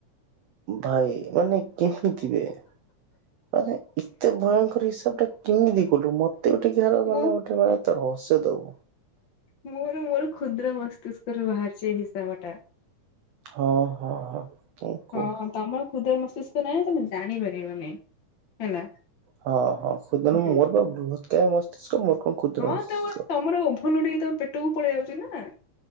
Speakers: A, on the right; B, on the left.
A: ଭାଇ ମାନେ କେମିତି ବେ ମାନେ ଏତେ ଭୟଙ୍କର ହିସାବଟା କେମିତି କଲୁ ମତେ ଏ ଟିକ ମାନେ
B: ମୁଁ
A: ଗୋଟେ ମାନେ ରହସ୍ୟ ଦବୁ।
B: ମୋର ମୋର କ୍ଷୁଦ୍ର ମସ୍ତିଷ୍କରୁ ବାହାରିଛି ଏଇ ହିସାବ ଟା।
A: ହଁ ହଁ ହଁ କଣ
B: <inaudible>
A: କହୁ
B: ହଁ ତମ କ୍ଷୁଦ୍ର ମସ୍ତିଷ୍କ ନାହିଁ ନାହିଁ ତମେ ଜାଣିପାରିବନି ହେଲା।
A: ହଁ ହଁ <unintelligible>
B: ହୁଁ।
A: କ୍ଷୁଦ୍ର
B: ହଁ
A: ମସ୍ତିଷ୍କ
B: ତମ ତମର ଓଭର ଲୋଡିଙ୍ଗ ହେଇକି ତମ ପେଟକୁ ପଳେଇ ଯାଉଛି ନା?